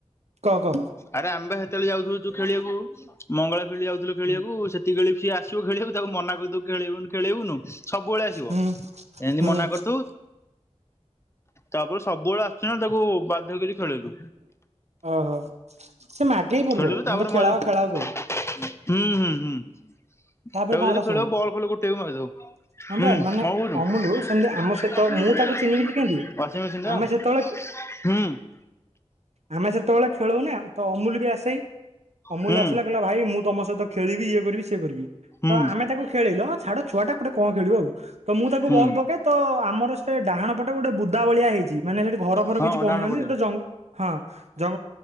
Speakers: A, on the right (about 70°); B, on the left (about 20°).
A: କହ -କହ
B: ଆରେ ଆମ୍ଭେ ସେତେବେଳେ ଯାଉଥିଲୁୁ ଖେଳିବାକୁ। ମଙ୍ଗଳା ଫିଲ୍ଡ ଯାଉଥିଲୁ ଖେଳିବାକୁ
A: ହୁଁ
B: ସେ <unintelligible> କିଏ ଆସିବ ଖେଳିବୁ ତାକୁ ମନା କରିଦବୁ ଖେଳେଇବୁନୁ ଖେଳେଇବୁନୁ ସବୁବେଳେ ଆସିବ।
A: ହୁଁ
B: ଏମିତି
A: ହୁଁ
B: ମନା କରୁଥୁ ତାପରେ ସବୁବେଳୁ ଆସୁଛି ନା ତାକୁ କୁ ବାଧ୍ୟ କରି ଖେଳିଲୁ।
A: ଓହୋ ସେ ମାଗେ ପ୍ରର୍ବଳ
B: ଖେଳିଲୁ ତାପରେ
A: ମତେ ଖେଳାଅ
B: ମଜା
A: ଖେଳାଅ କହି।
B: ହୁଁ -ହୁଁ -ହୁଁ ତାକୁ
A: ତାପରେ
B: ଯଦି
A: କଣ ହେଲା ଶୁଣୁ
B: ଖେଳ ବଲ ଖେଳ ଗୋଟେ
A: ହଁ ବା ମାନେ
B: ବି
A: ଅମୁଲୁ
B: ମାରିଦବ।
A: ସେମିତି
B: ହୁଁ
A: ଆମ ସହିତ
B: କଣ
A: ମୁଁ ତାକୁ ଚିହ୍ନିବିିଲି
B: କହୁଛୁ
A: କେମିତି
B: ୱାସିଂ ମେସିନ
A: ଆମେ ସେତେବେଳେ
B: ଟା? ହୁଁ
A: ଆମେ ସେତେବେଳେ ଖେଳଉନା ତ ଅମୁଲ ବି ଆସେ ଅମୁଲ
B: ହୁଁ
A: ଆସିଲା କହିଲ ଭାଇ ମୁଁ ତମ ସହିତ ଖେଳିବି ଇଏ କରିବି ସିଏ କରିବି।
B: ହୁଁ
A: ତ ଆମେ ତାକୁ ଖେଲେଇଲ ଛାଡ ଛୁଆ ଟା ଗୋଟେ କଣ ଖେଳିବ ଆଉ। ତ ମୁଁ ତାକୁ
B: ହୁଁ
A: ବଲ ପକାଏ ତ ଆମର ସେ ଡାହାଣ ପଟେ ଗୋଟେ ବୁଦା ଭଳିଆ ହେଇଛି ମାନେ ସେଠି ଘ <unintelligible>
B: ହଁ
A: କିଛି କରହୁନାହାନ୍ତି
B: ଡାହାଣ ପଟେ
A: ସେଟ ଜ ହଁ ଜ